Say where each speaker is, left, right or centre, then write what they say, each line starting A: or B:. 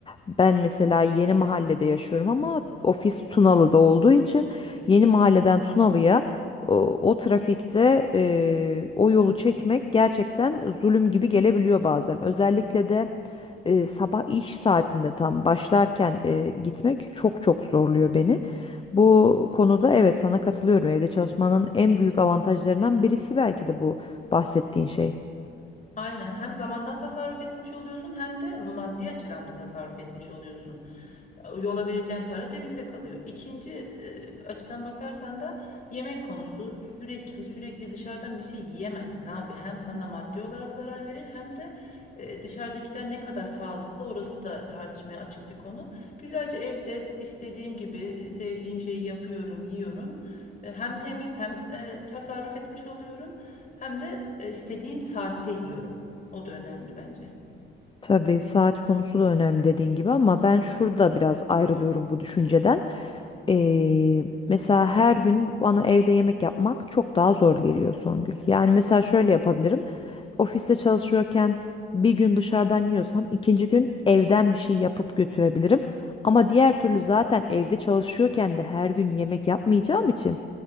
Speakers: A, on the left (about 25°); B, on the left (about 40°).
A: ben mesela yeni mahallede yaşıyorum ama ofis Tunalı'da olduğu için yeni mahalleden Tunalı'ya o, o trafikte e, o yolu çekmek gerçekten zulüm gibi gelebiliyor bazen. Özellikle de e, sabah iş saatinde tam başlarken e, gitmek çok çok zorluyor beni. Bu konuda evet sana katılıyorum. Evde çalışmanın en büyük avantajlarından birisi belki de bu bahsettiğin şey.
B: Aynen hem zamandan tasarruf etmiş oluyorsun hem de maddi açıdan da tasarruf etmiş oluyorsun. Yola vereceğin para cebinde kalıyor. İkinci e, açıdan bakarsan da yemek konusu sürekli sürekli dışarıdan bir şey yiyemezsin abi. Hem sana maddi olarak zarar verir hem de e, dışarıdakiler ne kadar sağlıklı orası da tartışmaya açık bir konu. Güzelce evde istediğim gibi sevdiğim şeyi yapıyorum, yiyorum. E, Hem temiz hem e, tasarruf etmiş oluyorum hem de e, istediğim saatte yiyorum. O da önemli bence.
A: Tabii saat konusu da önemli dediğin gibi ama ben şurada biraz ayrılıyorum bu düşünceden. Ee, mesela her gün bana evde yemek yapmak çok daha zor geliyor Songül. Yani mesela şöyle yapabilirim. Ofiste çalışıyorken bir gün dışarıdan yiyorsam ikinci gün evden bir şey yapıp götürebilirim. Ama diğer türlü zaten evde çalışıyorken de her gün yemek yapmayacağım için